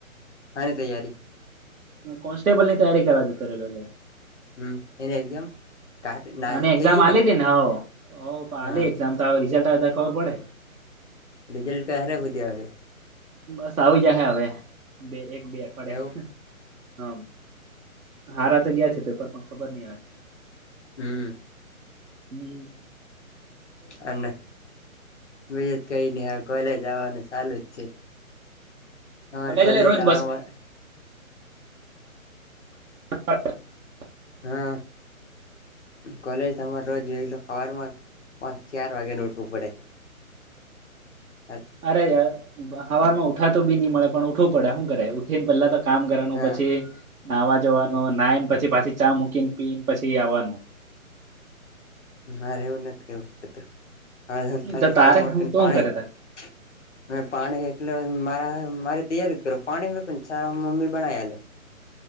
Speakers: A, on the left; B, on the right.
A: હાની તૈયારી.
B: કોન્સ્ટેબલની તૈયારી કરવા ગતો રહેલો એટલે.
A: હમ એને એક્ઝામ કાર ના
B: અને એક્ઝામ
A: થઈ ગઈ
B: આલી હતી ને હ પણ
A: હા
B: આ એક્ઝામ તો હવે રિઝલ્ટ આવે ત ખબર પડે.
A: રિઝલ્ટ ક્યારે સુધી આવશે?
B: બસ આવી જાયશે હવે બે એક બે અઠવાડિયા.
A: એવું
B: હમ હારા તો ગયા છે પેપર પણ ખબર નઈ આવે.
A: હમ.
B: હમ.
A: અને બીજું કઈ ન હાલ કોલેજ આવવાનું ચાલુ જ છે. તમાર કોલેજ
B: એટલે રોજ
A: આવવાવામાં
B: બસ <unintelligible>
A: હા. કોલેજ તમારે રોજ જોઈ લો સવારમાં પાંચ ચાર વાગેનું ઉઊઠવું પડે. હ
B: અરે હવામાં ઉઠા તો બી નહી મળે પણ ઉઠવું પડે શું કરે ઉઠી ને પેલા કામ કરવાનું
A: હા
B: પછી નાહવા જવાનું નાયને પછી પાછી ચા મૂકીને પી ને પછી આવવાનું.
A: મારે એવું નથી કરવું પડતું. હ ખાલી
B: તો તારે
A: હવાર મોટ
B: હું તો
A: પાણી
B: હું કરે તાર
A: મે પાણી એકલ મારા મારી તૈયારી કરો પાણી મે પણ છ મમ્મી બનાયી આલે.